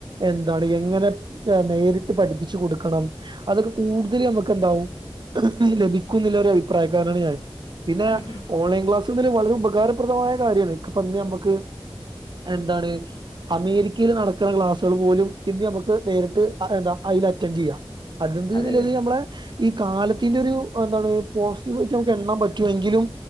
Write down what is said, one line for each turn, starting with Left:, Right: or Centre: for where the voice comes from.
Right: എന്താണ്, എങ്ങനെ നേരിട്ട് പഠിപ്പിച്ചു കൊടുക്കണം, അതൊക്കെ കൂടുതൽ നമുക്ക്ന്താവും ലഭിക്കും ന്നില്ലൊരു അഭിപ്രായക്കാരനാണ് ഞാന് പിന്നെ
Left: ഉം ഉം
Right: ഓൺലൈൻ ക്ലാസ്സ്ന്ന് വളരെ ഉപകാരപ്രദമായ കാര്യയാണ് ഇന്ന് ഞമ്മക്ക് എന്താണ് അമേരിക്കയിൽ നടക്ക്ണ ക്ലാസ് പോലും ഇന്ന് നമക്ക് നേരിട്ട് എന്താ അയില് അറ്റൻ് ചെയ്യാം അതെന്ത്ത്
Left: അതെ അതെ
Right: നമ്മളെ ഈ കാലത്തിന്റെ ഒരു എന്താണ് പോസിറ്റീവ് ആയിട്ട് നമുക്ക് എണ്ണാൻ പറ്റും എങ്കിലും